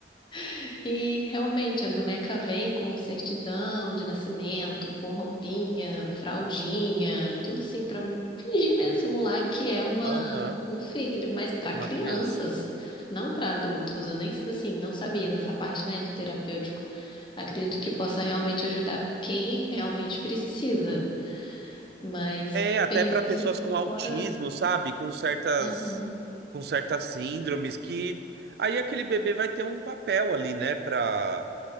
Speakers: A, on the left; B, on the right.
A: <laughs> e realmente a boneca vem com certidão de nascimento, com roupinha, fraldinha, tudo assim, para fingir mesmo, simular que é uma.
B: Aham,
A: Um filho, mas para
B: uma
A: crianças,
B: criança.
A: não para adultos. Eu nem assim, não sabia dessa parte, né, de terapêutico. Acredito que possa realmente ajudar quem realmente precisa. Mas,
B: É, até
A: per-
B: para pessoas
A: assim, foi
B: com
A: fora.
B: autismo, sabe? Com certas
A: Aham.
B: com certas síndromes que aí aquele bebê vai ter um papel ali, né, para